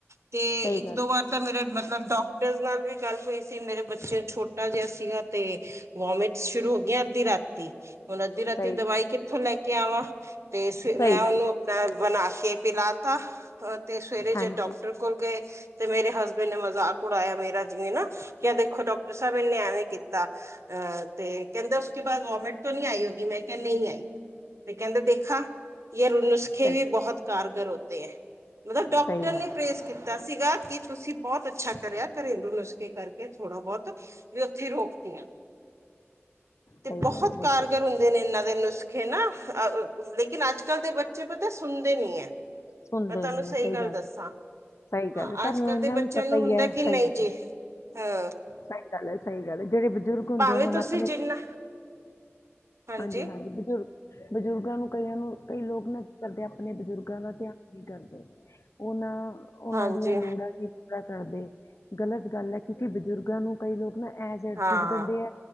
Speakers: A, on the right (about 80°); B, on the left (about 85°).
A: ਤੇ
B: ਸਹੀ
A: ਇੱਕ
B: ਗੱਲ
A: ਦੋ ਵਾਰ ਤਾਂ ਮੇਰੇ ਮਤਲਬ ਡਾਕਟਰ ਨਾਲ ਵੀ ਗੱਲ ਹੋਈ ਸੀ, ਮੇਰੇ ਬੱਚੇ ਛੋਟਾ ਜਿਹਾ ਸੀਗਾ ਤੇ ਵੋਮਿਟ ਸ਼ੁਰੂ ਹੋ ਗਈਆਂ ਅੱਧੀ ਰਾਤੀ, ਹੁਣ ਅੱਧੀ ਰਾਤੀ
B: ਸਹੀ
A: ਦਵਾਈ ਕਿੱਥੋਂ ਲੈ ਕੇ ਆਵਾਂ ਤੇ ਤੇ
B: ਸਹੀ
A: ਮੈਂ ਉਹਨੂੰ
B: ਗੱਲ ਕਹੀ
A: ਆਪਣਾ ਬਣਾ ਕੇ ਪਿਲਾ ਤਾ ਤੇ ਸਵੇਰੇ
B: ਹਾਂਜੀ
A: ਜੇ ਡਾਕਟਰ ਕੋਲ ਗਏ ਤੇ ਮੇਰੇ ਹਸਬੈਂਡ ਨੇ ਮਜ਼ਾਕ ਉਡਾਇਆ ਮੇਰਾ ਜਿਵੇਂ ਨਾ ਕਿਆ ਦੇਖੋ ਡਾਕਟਰ ਸਾਹਿਬ ਇਹਨੇ ਐਵੇਂ ਕੀਤਾ ਆ ਤੇ ਕਹਿੰਦੇ ਉਸਕੇ ਬਾਅਦ ਵੋਮਿਟ ਤਾਂ ਨਹੀਂ ਆਈ ਹੋਗੀ ਮੈਂ ਕਿਹਾ ਨਹੀਂ ਆਈ। ਤੇ ਕਹਿੰਦੇ ਦੇਖਾ, ਯੇ ਨੁਸਖੇ
B: ਸਹੀ
A: ਵੀ ਬਹੁਤ ਕਾਰਗਰ ਹੋਤੇ ਹੈ। ਮਤਲਬ ਡਾਕਟਰ
B: ਸਹੀ
A: ਨੇ
B: ਗੱਲ
A: ਪ੍ਰੇਸ ਕੀਤਾ ਸੀਗਾ ਕਿ ਤੁਸੀਂ ਬਹੁਤ ਅੱਛਾ ਕਰਿਆ ਘਰੇਲੂ ਨੁਸਖੇ ਕਰਕੇ ਥੋੜਾ ਬਹੁਤ ਵੀ ਉੱਥੇ ਰੋਕਤੀਆਂ। ਤੇ
B: ਸਹੀ
A: ਬਹੁਤ
B: ਗੱਲ ਹੈ ਬਿਲਕੁਲ
A: ਕਾਰਗਰ ਹੁੰਦੇ ਨੇ ਇਹਨਾਂ ਦੇ ਨੁਸਖੇ ਨਾ ਲੇਕਿਨ ਅੱਜਕੱਲ ਦੇ ਬੱਚੇ ਪਤਾ ਸੁਣਦੇ ਨੀ ਐ।
B: ਸੁਣਦੇ
A: ਮੈਂ ਤੁਹਾਨੂੰ
B: ਨੀ
A: ਸਹੀ ਗੱਲ ਦੱਸਾਂ,
B: ਹੈ ਸਹੀ
A: ਹਾਂ
B: ਗੱਲ ਹੈ ਤੁਹਾਨੂੰ
A: ਅੱਜ ਅੱਜਕੱਲ
B: ਇੰਨਾ
A: ਦੇ ਬੱਚਿਆਂ
B: ਵੀ ਪਤਾ
A: ਨੂੰ
B: ਹੀ
A: ਹੁੰਦਾ
B: ਹੈ
A: ਕਿ
B: ਸਹੀ
A: ਨਹੀਂ
B: ਗੱਲ
A: ਜੀ
B: ਹੈ
A: ਹਾਂ
B: ਸਹੀ ਗੱਲ ਹੈ ਸਹੀ ਗੱਲ ਹੈ ਜਿਹੜੇ ਬਜ਼ੁਰਗ ਹੁੰਦੇ
A: ਭਾਵੇਂ
B: ਆ ਹੁਣ
A: ਤੁਸੀਂ
B: ਆਪਣੇ
A: ਜਿੰਨਾ ਹਾਂਜੀ
B: ਹਾਂਜੀ-ਹਾਂਜੀ ਬਜ਼ੁਰਗ ਬਜ਼ੁਰਗਾਂ ਨੂੰ ਕਈਆਂ ਨੂੰ ਕਈ ਲੋਕ ਨਾ ਕਰਦੇ ਆਪਣੇ ਬਜ਼ੁਰਗਾਂ ਦਾ ਧਿਆਨ ਨਹੀਂ ਕਰਦੇ, ਉਹ ਨਾ ਉਹਨਾਂ
A: ਹਾਂਜੀ
B: ਦੀਆਂ ਲੋੜਾਂ ਨਹੀ ਪੂਰਾ ਕਰਦੇ, ਗ਼ਲਤ ਗੱਲ ਹੈ ਕਿਉਂਕਿ ਬਜ਼ੁਰਗਾਂ ਨੂੰ ਕਈ ਲੋਕ ਆਪ ਐਸ ਇਟ
A: ਹਾਂ
B: ਸਿਟ ਦਿੰਦੇ ਆ,